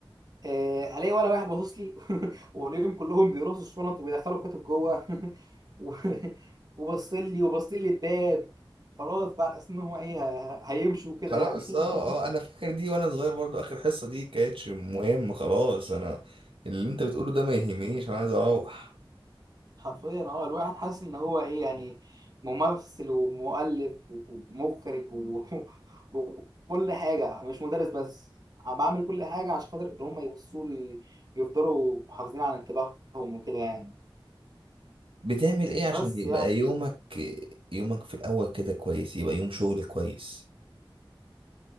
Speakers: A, on the right; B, on the right.
A: آه، الاقي ولا واحد باصص لي <laughs> والاقيهم كلهم بيرصوا الشنط ويدخلوا الكتب جوه <laughs> و- وبص لي وبص لي الباب خلاص بقى على اساس ان هو ايه ه- هيمشوا كده
B: خلاص
A: يعني
B: اه اه انا فاكر دي وانا صغير برضو اخر حصة دي كانتش مهم خلاص انا اللي
A: <laughs>
B: انت بتقوله ده ما يهمنيش انا عايز اروح
A: حرفيا اه الواحد حاسس ان هو ايه يعني ممثل ومؤلف ومخرج و... <laughs> وكل حاجه مش مدرس بس عم بعمل كل حاجه عشان خاطر ان هم يبصوا لي يفضلوا محافظين على انتباههم وكده يعني
B: بتعمل ايه
A: بس
B: عشان يبقى
A: يعني
B: يومك يومك في الاول كده كويس يبقى يوم شغل كويس